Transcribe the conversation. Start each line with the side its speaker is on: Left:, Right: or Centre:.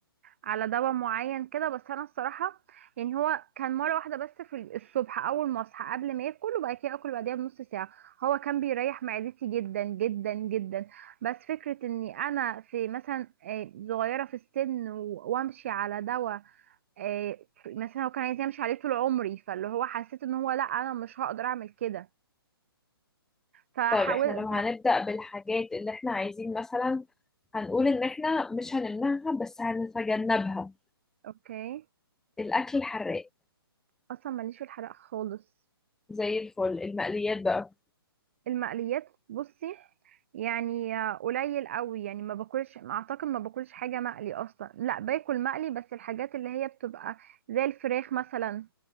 Right: على دواء معين كده بس انا الصراحه يعني هو كان مره واحده بس في الصبح اول ما اصحى قبل ما ياكل وبعد كده اكل بعديها بنص ساعه هو كان بيريح معدتي جدا جدا جدا بس فكره اني انا في مثلا آه، صغيره في السن و- وامشي على دواء آه، مثلا هو كان عايز يمشي عليه طول عمري فاللي هو حسيت ان هو لا انا مش هقدر اعمل كده فحاول
Centre: طيب احنا لو
Right: ف...
Centre: هنبدأ بالحاجات اللي احنا عايزين مثلا هنقول إن احنا مش هنمنعها بس هنتجنبها
Right: اوكي
Centre: الأكل الحراق
Right: اصلا ماليش في الحرق خالص
Centre: زي الفل المقليات بقى
Right: المقليات بصي يعني قليل قوي يعني ما باكلش اعتقد ما باكلش حاجه مقلي اصلا لا باكل مقلي بس الحاجات اللي هي بتبقى زي الفراخ مثلا